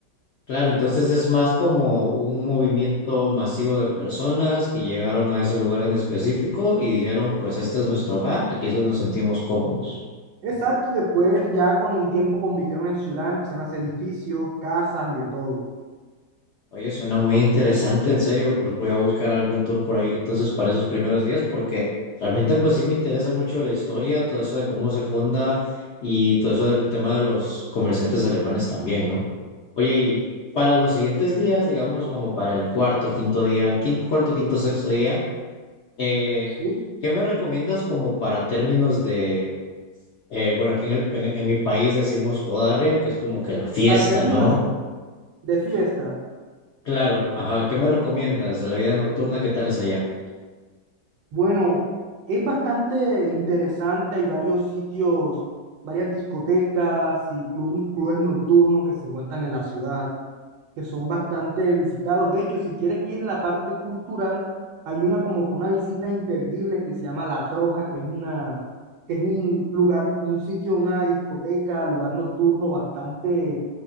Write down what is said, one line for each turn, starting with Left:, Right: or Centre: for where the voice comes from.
Left: Claro, entonces es más como un movimiento masivo de personas que llegaron a ese lugar en específico y dijeron, pues este es nuestro hogar, aquí es donde nos sentimos cómodos.
Right: Exacto, y después ya con el tiempo convirtieron en ciudad, empezaron a hacer edificios, casas y de todo,
Left: Oye, suena muy interesante, en serio, pues voy a buscar algún tour por ahí entonces para esos primeros días, porque realmente pues sí me interesa mucho la historia, todo eso de cómo se funda y todo eso del tema de los comerciantes alemanes también, ¿no? Oye, y para los siguientes días, digamos como para el cuarto, quinto día, quin- cuarto, quinto, sexto día, eh,
Right: ¿sí?
Left: ¿qué me recomiendas como para términos de, eh, bueno, aquí en el, en, en mi país decimos jodarria, que es como que la fiesta,
Right: Para términos
Left: ¿no?
Right: así de fiesta,
Left: Claro, ajá, ¿qué me recomiendas de la vida nocturna? ¿Qué tal es allá?
Right: bueno, es bastante interesante, hay varios sitios, varias discotecas y club- clubes nocturnos que se encuentran en la ciudad. que son bastante visitados. De hecho, si quieres ir en la parte cultural, hay una como que una visita imperdible que se llama La Troja, que es una, que es un lugar, un sitio, una discoteca, lugar nocturno bastante